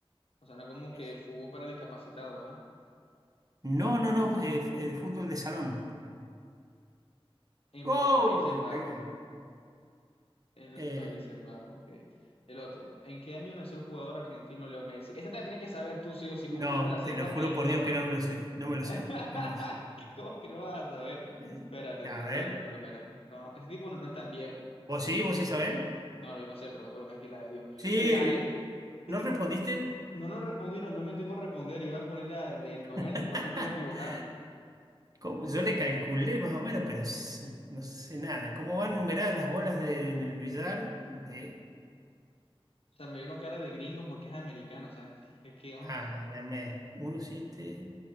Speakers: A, on the left; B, on the right.
A: O sea, no como
B: es?
A: que fútbol para discapacitados, ¿ah?
B: No, no, no, eh, f- eh, fútbol de salón.
A: En
B: ¡Oh!
A: los Países
B: Le
A: Bajos.
B: pegué.
A: En los
B: Eh,
A: Países Bajos, ok. El otro. ¿En qué año nació el jugador argentino Leo Messi? Esa te la tienes que saber tú sí o sí.
B: no,
A: Como no te la sepas,
B: te lo juro
A: ahí está
B: por Dios
A: <laughs>
B: que no me lo sé, no me lo sé, no me lo sé.
A: ¿Cómo que no vas a saber? Espérate,
B: Eh,
A: entonces
B: a ver,
A: déjame colocar acá. Ese tipo no, no es tan viejo,
B: ¿vos
A: o sí.
B: sí? ¿Vos sí sabés?
A: No, yo no sé, pero voy a colocar aquí la de Dios.
B: Sí,
A: ¡Ey, dale!
B: vi-
A: Y
B: ¿no respondiste?
A: no, no respondí, no, no me dio tiempo a responder. Iba a poner la del 90
B: <laughs>
A: y probablemente iba a equivocarme.
B: ¿Cómo? Yo le calculé más o menos, pero s- no sé nada. ¿Cómo van numeradas las bolas de- en el billar de
A: O sea, me vieron cara de gringo porque es americano. O sea, ¿qué, qué- onda?
B: Ah, dame uno siete